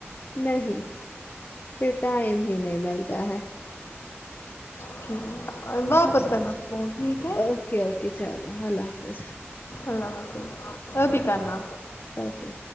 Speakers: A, on the left (about 45°); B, on the left (about 65°).
A: نہیں پھر ٹائم ہی نہیں ملتا ہے
B: ٹھیک ہے واپس
A: ہاں
B: کرنا فون ٹھیک ہے
A: اوکے اوکے چلو اللہ حافظ
B: اللہ حافظ ا بھی کرنا
A: اوکے